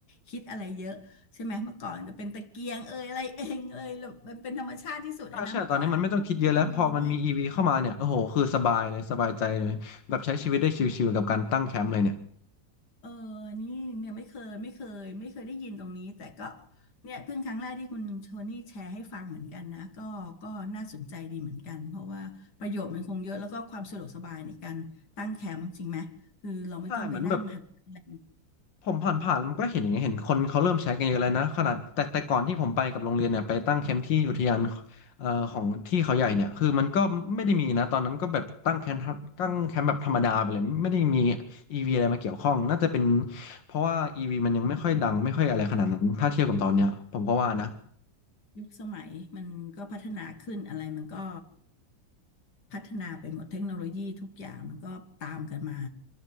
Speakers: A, on the left; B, on the left.
A: คิดอะไรเยอะใช่ไหมเมื่อก่อนจะเป็นตะเกียงเอยอะไรเองเอยแล้วมันเป็นธรรมชาติที่สุดอะนะเมื่อก่อนอะมันไม่ต้องมีเทคโนโลยี
B: ใช่ใช่ตอนนี้มันไม่ต้องคิดเยอะแล้วพอมันมี EV เข้ามาเนี่ยโอ้โหคือสบายเลยสบายใจเลยแบบใช้ชีวิตได้ชิลๆกับการตั้งแคมป์เลยเนี่ย
A: เออนี่เนี่ยไม่เคยไม่เคยไม่เคยได้ยินตรงนี้แต่ก็เนี่ยเพิ่งครั้งแรกที่คุณโทนี่แชร์ให้ฟังเหมือนกันนะก็ก็น่าสนใจดีเหมือนกันเพราะว่าประโยชน์มันคงเยอะแล้วก็ความสะดวกสบายในการตั้งแคมป์จริงไหมคือเราไม่ต้องไปนั่งหาอะไร
B: ใช่เหมือนแบบ ผมผ่านผ่านมันก็เห็นอย่างเงี้ยเห็นคนเขาเริ่มใช้กันเยอะเลยนะขนาดแต่แต่ก่อนที่ผมไปกับโรงเรียนเนี่ยไปตั้งแคมป์ที่อุทยานเอ่อของที่เขาใหญ่เนี่ยคือมันก็ไม่ได้มีนะตอนนั้นก็แบบตั้งแคมป์ตั้งแคมป์แบบธรรมดาไปเลยไม่ได้มี e ีวีอะไรมาเกี่ยวข้องน่าจะเป็นเพราะว่า e ีวีมันยังไม่ค่อยดังไม่ค่อยอะไรขนาดนั้นถ้าเทียบกับตอนเนี้ยผมก็ว่านะ
A: ยุคสมัยมันก็พัฒนาขึ้นอะไรมันก็พัฒนาไปหมดเทคโนโลยีทุกอย่างมันก็ตามกันมา